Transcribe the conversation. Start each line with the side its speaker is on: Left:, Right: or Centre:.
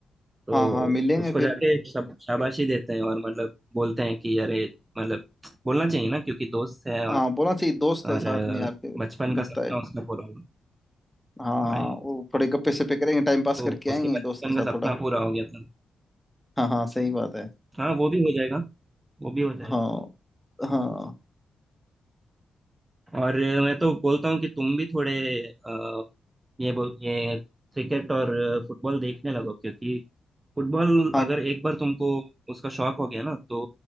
Right: तो
Centre: हाँ हाँ मिलेंगे
Right: उसको
Centre: फिर
Right: जाके शाब, शाबाशी देते हैं और मतलब बोलते हैं कि अरे मतलब बोलना चाहिए ना क्योंकि दोस्त है
Centre: हाँ
Right: और
Centre: बोलना चाहिए दोस्त
Right: और
Centre: है साथ
Right: अ,
Centre: में यार फिर
Right: बचपन
Centre: बनता
Right: का सपना
Centre: है
Right: उसका पूरा हो गया।
Centre: हाँ
Right: हाँ
Centre: हाँ
Right: यार,
Centre: वो थोड़े गप्पे सप्पे करेंगे टाइम पास
Right: तो
Centre: करके आएंगे
Right: उसके बचपन
Centre: दोस्त के साथ
Right: का सपना
Centre: थोड़ा
Right: पूरा हो गया था
Centre: हाँ हाँ सही बात है
Right: हाँ वो भी हो जाएगा वो भी हो जाएगा
Centre: हाँ हाँ
Right: और अ, मैं तो बोलता हूँ कि तुम भी थोड़े अ, ये बोल ये क्रिकेट और फुटबॉल देखने लगो क्योंकि फुटबॉल
Centre: हाँ
Right: अगर एक बार तुमको उसका शौक हो गया ना तो